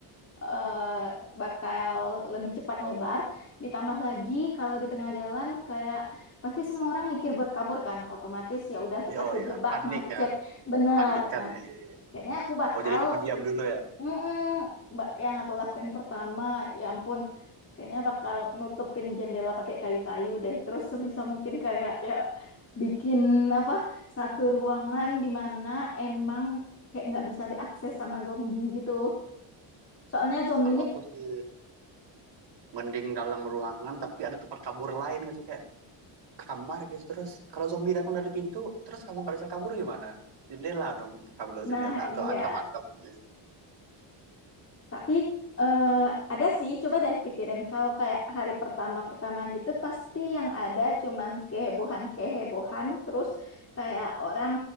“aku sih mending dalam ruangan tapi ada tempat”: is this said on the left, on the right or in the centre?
Right